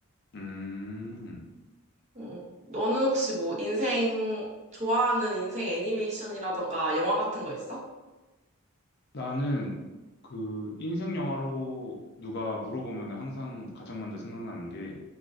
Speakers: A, on the left; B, on the right.
A: 음.
B: 음, 너는 혹시 뭐 인생, 좋아하는 인생 애니메이션이라던가 영화 같은 거 있어?
A: 나는 그 인생 영화로 누가 물어보면 항상 가장 먼저 생각나는 게